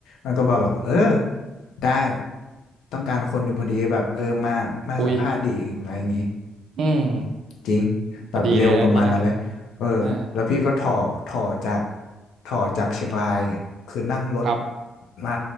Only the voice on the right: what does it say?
อุ้ยอืม
พอดีเลยนะพี่นะอ่า
ครับ